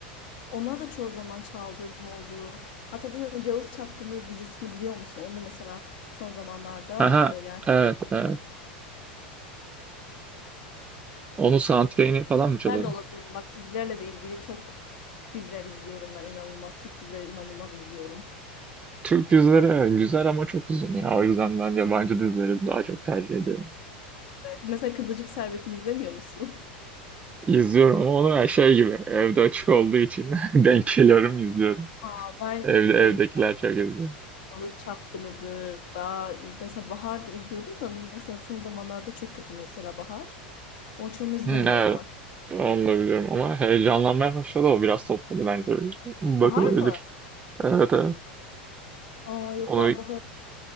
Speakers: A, on the left (about 65°); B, on the right (about 20°).
A: onları da çoğu zaman çaldığım oldu. Hatta bilmiyorum Yalı Çapkını dizisini biliyor musun? Onu da mesela son zamanlarda
B: Aha,
A: e, yani
B: evet, evet. Onun soundtrack'ini falan
A: Diziler
B: mı çalıyordun?
A: de olabilir. Bak dizilerle de ilgili çok diziler izliyorum ben inanılmaz. Türk dizileri inanılmaz izliyorum.
B: Türk dizileri güzel ama çok uzun ya. O yüzden ben yabancı dizileri daha çok tercih ediyorum.
A: Mesela Kızılcık Şerbeti'ni izlemiyor musun?
B: İzliyorum ama onu her şey gibi. Evde açık olduğu için <laughs> denk geliyorum izliyorum.
A: <laughs> Aa, ben
B: Evde,
A: Kızılcık
B: evdekiler çok izliyor.
A: Şerbeti, Çapkını'dır. Daha mesela Bahar'da izliyordum da mesela son zamanlarda çok kötü mesela Bahar. Onun için onu izlemiyorum
B: Hmm, evet
A: artık.
B: onu da biliyorum ama heyecanlanmaya başladı o biraz topladı bence. Bakılabilir.
A: Bahar mı?
B: Evet evet.
A: Aa yok
B: Onu
A: ben Bahar